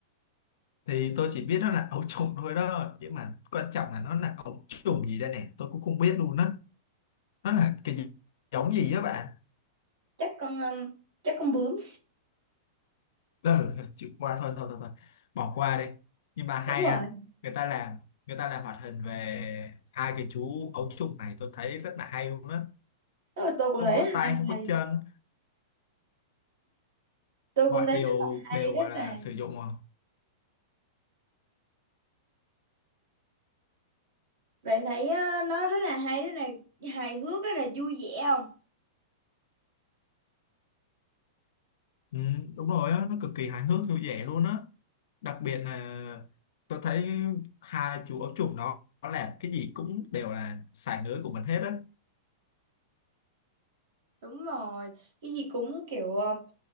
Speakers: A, on the left (about 60°); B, on the right (about 70°).
A: thì tôi chỉ biết nó là ấu trùng thôi đó nhưng mà quan trọng là nó là ấu trùng gì đây nè tôi cũng không biết luôn á nó là cái gì, giống gì á bạn
B: chắc con um, chắc con bướm
A: ừ, chịu qua thôi thôi thôi thôi bỏ qua đi nhưng mà hay
B: đúng rồi
A: ha người ta làm người ta làm hoạt hình về hai cái chú ấu trùng này tôi thấy rất là hay luôn á
B: Đúng rồi, tôi cũng
A: không
B: thấy
A: có
B: rất
A: tay
B: là
A: không có
B: hay
A: chân
B: tôi
A: mọi
B: cũng thấy
A: điều
B: rất là hay
A: đều
B: rất
A: gọi là
B: là
A: sử dụng à
B: bạn thấy ờ, nó rất là hay rất là hài hước rất là vui vẻ không
A: ừ, đúng rồi á nó cực kỳ hài hước vui vẻ luôn á đặc biệt là tôi thấy hai chú ấu trùng đó nó làm cái gì cũng đều là xài lưới của mình hết á
B: đúng rồi cái gì cũng kiểu ờ,